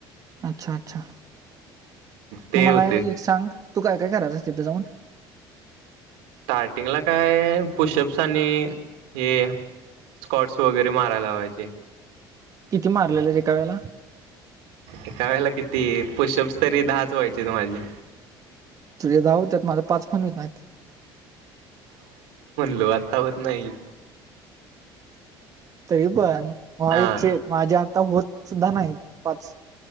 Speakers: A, on the right; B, on the right.
A: अच्छा अच्छा
B: ते
A: मग मला
B: होते
A: एक सांग तू काय काय करायचास अस तिथं जाऊन?
B: स्टार्टिंगला काय पुशअप्स आणि हे स्कॉट्स वगैरे मारायला लावायचे.
A: किती मारलेलं एका वेळेला.
B: एका वेळेला किती? पुशअप्स तरी दहाच व्हायचेत बघ माझे.
A: तुझ दहा होत्यात माझ पाच पण होत नाहीत.
B: ब अता होत नाही. <inaudible>
A: तरी पण व्हायचे
B: हा
A: माझे आता होत सुद्धा नाहीत पाच.